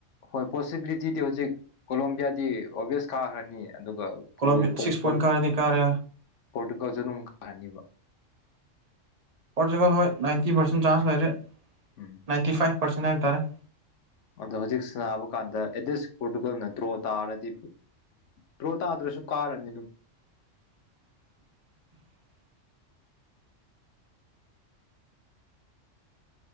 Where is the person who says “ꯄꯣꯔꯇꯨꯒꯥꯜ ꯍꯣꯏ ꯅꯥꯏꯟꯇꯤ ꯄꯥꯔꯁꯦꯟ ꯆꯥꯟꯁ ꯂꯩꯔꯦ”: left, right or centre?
Right